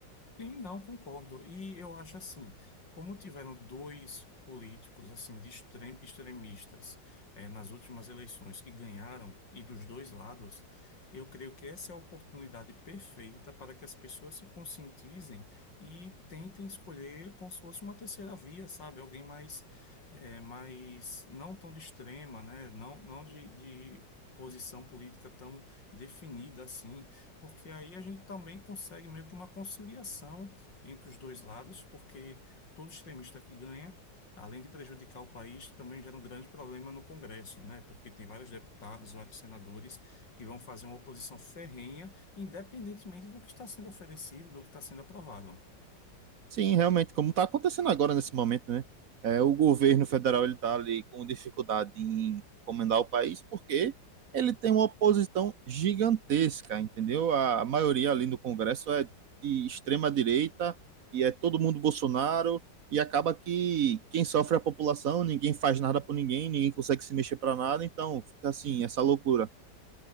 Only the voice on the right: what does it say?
Sim, realmente, como está acontecendo agora nesse momento, né? É, o governo federal ele está ali com dificuldade em comandar o país porque ele tem uma oposição gigantesca, entendeu? A, a maioria ali no Congresso é de extrema direita e é todo mundo Bolsonaro e acaba que quem sofre é a população, ninguém faz nada por ninguém, ninguém consegue se mexer para nada, então fica assim, essa loucura.